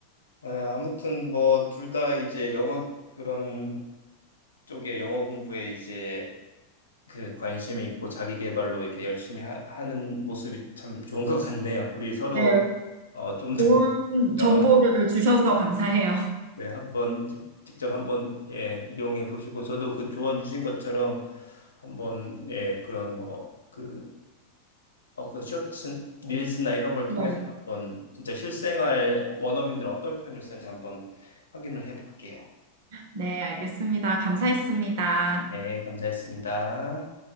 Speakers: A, on the left; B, on the right.
A: 아, 아무튼 뭐 둘 다 이제 영어 그런 쪽에 영어 공부에 이제 그 관심이 있고 자기 개발로 이렇게 열심히 하, 는 모습이 참 좋은 것 같네요. 우리 서로
B: 네,
A: 어, 좀 더
B: 좋은
A: <laughs> 영어
B: 정보를 주셔서 감사해요.
A: 네, 한번 직- 직접 한번 예, 이용해 보시고 저도 그 조언 주신 것처럼 한번 예, 그런 뭐 그 어 그 쇼츠 릴스나 이런 걸
B: 네.
A: 통해서 한번 진짜 실생활 원어민들 어떤 표현을 쓰는지 한번 확인을 해 볼게요.
B: 네, 알겠습니다. 감사했습니다.
A: 네, 감사했습니다.